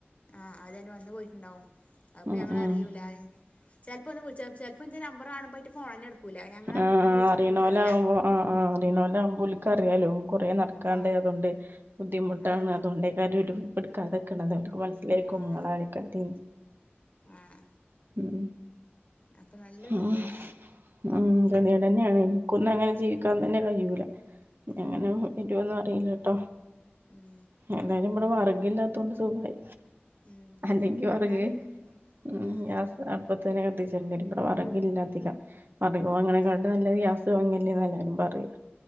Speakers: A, on the left; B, on the right.
A: ആഹ് വന്ന് പൊയ്റ്റ് ഇണ്ടാവും അത് ഇപ്പം
B: ഉം
A: ഞങ്ങളറിയൂല.
B: ഉം
A: ചെൽപ്പൊന്നും വിള്ച്ചു <unintelligible> ചെൽപ്പന്റെ നമ്പറാണുമ്പ അയ്റ്റ ഫോണെന്നെ ഇട്കൂല. ഞങ്ങളബട്ന്നാ
B: ആഹ്
A: വിള്ച്ച്ണ്ന്ന്
B: അറിയണോലാവുമ്പോ
A: ഓല്ക്കറിയ.
B: ആഹ് ആഹ് അറിണോലാവുമ്പ ഓല്ക്കറിയാലൊ. കൊറേ നടക്കാണ്ട്.
A: ആഹ്
B: അതോണ്ടെ ബുദ്ധിമുട്ടാണ്
A: അതന്നെ
B: അതോണ്ടെക്കാരം ഓര് ഇപ്പ ഇട്ക്കാതക്ക്ണത്. ഓര്ക്ക് മന ലൈക്കും
A: ആഹ്
B: ഇങ്ങളാരെക്കെ ടീം.
A: ആഹ്
B: ഉം
A: അപ്പൊ നല്ല
B: ഉം
A: ഗതികേടാണ്
B: ഹ് കെദ്യേടന്നേണ്. ഇൻക്കൊന്നും അങ്ങനെ ജീവിക്കാൻതന്നെ കയ്യൂല. ഞാനും
A: ആഹ്
B: പിന്നെ ക്കൊന്നും അറീലട്ടൊ
A: ഉം
B: എന്തായാലും ഇവടെ വെർഗ് ഇല്ലാത്തോണ്ട് സുഖായി.
A: ഉം
B: അല്ലെങ്കി വെറഗ്‌
A: എന്നാല്
B: ഉം
A: ആഹ്
B: ഗ്യാസ് അപ്പെ തന്നെ കത്തിച്ചെണ്ട്യേരും. ഇബ്ടെ വെറഗില്ല അധികം. വർഗും അങ്ങനെക്കാട്ട്
A: ആഹ്
B: നല്ലത് ഗ്യാസ് തോങ്ങല്ലേ എല്ലാരും പറിം.